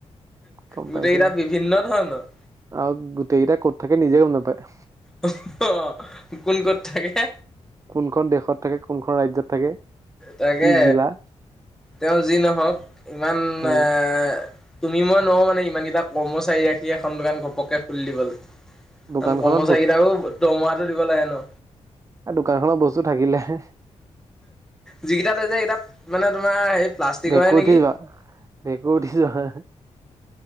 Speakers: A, on the right; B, in the centre.
A: গম
B: গোটেইকেইটা
A: পাইছো।
B: বিভিন্ন ধৰণৰ।
A: আৰু গোটেই কেইটা ক'ত থাকে নিজে গম নাপায়।
B: অ অ কোন ক'ত থাকে
A: কোনখন দেশত থাকে কোনখন ৰাজ্যত থাকে
B: তাকে
A: কি জিলা।
B: তেওঁ যি নহওক ইমান
A: উম
B: এ তুমি মই নহওঁ মানে ইমানকেইটা কৰ্মচাৰী ৰাখি এখন দোকান ঘপকে খুলি দিবলে। কৰ্মচাৰীকেইটাকো
A: দোকানখনত
B: দৰমহাটো দিব লাগে ন।
A: দোকানখন বস্তু থাকিলেহে।
B: যিকেইটা থৈছে সেইকেইটা মানে তোমাৰ সে প্লাষ্টিকৰহে
A: ভেকুৰ
B: নেকি।
A: উঠি যোৱা ভেঁকুৰ উঠি যোৱা